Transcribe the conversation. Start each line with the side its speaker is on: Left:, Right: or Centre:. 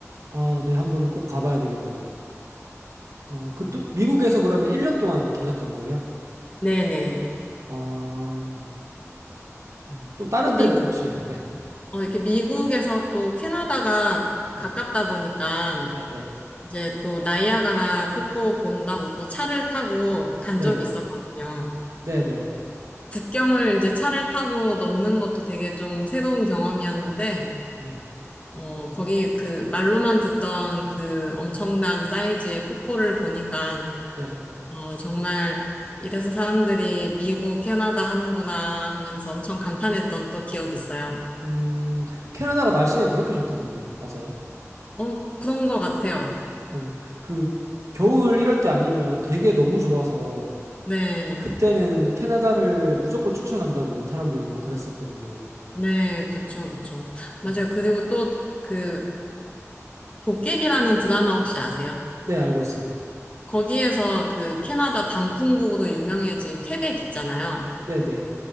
Right: 아, 네, 한번 꼭 가봐야 되겠네요. 아, 그, 또, 미국에서 그러면 1년 동안 계셨던 거예요?
Left: 네네.
Right: 아, 음, 또 다른
Left: 또 미국,
Right: 데는 혹시? 네,
Left: 어, 이렇게 미국에서 또 캐나다가
Right: 네,
Left: 가깝다 보니까
Right: 네, 네,
Left: 이제 또 나이아가라 폭포 본다고 또 차를 타고 간
Right: 네,
Left: 적이
Right: 네,
Left: 있었거든요.
Right: 네, 네,
Left: 국경을 이제 차를 타고 넘는 것도 되게 좀 새로운 경험이었는데
Right: 네,
Left: 어, 거기 그 말로만 듣던 그 엄청난 사이즈의 폭포를 보니까,
Right: 네.
Left: 어, 정말 이래서 사람들이 미국, 캐나다 하는구나 하면서 엄청 감탄했던 또 기억이 있어요.
Right: 음, 캐나다가 날씨가 그렇게 좋다던데, 맞아요?
Left: 어, 그런 것 같아요.
Right: 네. 그 겨울 이럴 때 아니면 되게 너무 좋아서
Left: 네.
Right: 그때는 캐나다를 무조건 추천한다고 사람들이 막 그랬었거든요.
Left: 네, 그쵸, 그쵸. 맞아요.
Right: 음.
Left: 그리고 또 그 도깨비라는 드라마 혹시 아세요?
Right: 네, 알고 있어요.
Left: 거기에서 그 캐나다 단풍국으로 유명해진 퀘벡 있잖아요.
Right: 네, 네.